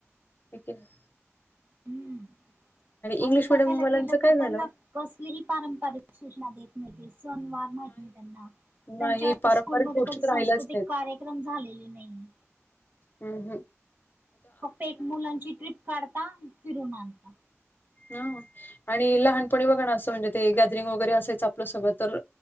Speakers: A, on the left (about 45°); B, on the right (about 40°).
A: <unintelligible>
B: हम्म.
A: इंग्लिश
B: आणि बघायला
A: मिडियम वाल्यांचं
B: गेलं तर
A: काय झालं?
B: त्यांना कसलीही पारंपरिक सूचना देत म्हणजे सन्मान माहिती नाही त्यांना, त्यांच्या
A: नाही पारंपरिक
B: स्कूल मध्ये
A: गोष्टी
B: कधी
A: तर
B: सांस्कृतिक
A: राहिल्याच
B: कार्य क्रम झालेली नाही.
A: हम् हम्.
B: फक्त एक मुलांची ट्रिप काढता फिरून आणता.
A: हा आणि लहानपणी बघा ना असं म्हणजे ते गॅदरिंग वगैरे असायचं आपलं सगळं तर